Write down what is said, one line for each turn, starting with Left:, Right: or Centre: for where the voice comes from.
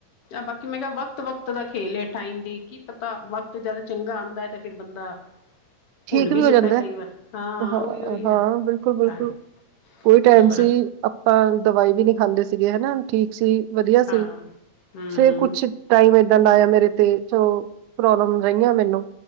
Left: ਬਾਕੀ ਮੈਂ ਕਿਹਾ ਵਕਤ ਵਕਤ ਦਾ ਖੇਲ ਹੈ ਟਾਈਮ ਦੀ ਕੀ ਪਤਾ ਵਕਤ ਜਦ ਚੰਗਾ ਆਉਂਦਾ ਹੈ ਤਾਂ ਫਿਰ ਬੰਦਾ ਭੁੱਲ
Right: ਠੀਕ ਵੀ ਹੋ ਜਾਂਦਾ ਹੈ
Left: ਕਈ ਵਾਰ ਹਾਂ ਉਹੀ ਉਹੀ ਹੈ
Right: ਹਾਂ ਬਿਲਕੁਲ ਬਿਲਕੁਲ
Left: ਟਾਈਮ
Right: ਕੋਈ ਟਾਈਮ
Left: ਕੁਛ ਫਰਕ
Right: ਸੀ। ਆਪਾਂ ਦਵਾਈ ਵੀ ਨਹੀਂ ਖਾਂਦੇ ਸੀਗੇ ਹਨਾ ਠੀਕ ਸੀ ਵਧੀਆ ਸੀ
Left: ਹਾਂ ਹੂੰ
Right: ਫਿਰ ਕੁਛ ਟਾਈਮ ਏਦਾਂ ਲਾਇਆ ਮੇਰੇ ਤੇ ਚਲੋ ਪ੍ਰੋਬਲਮ ਰਹੀਆਂ ਮੈਨੂੰ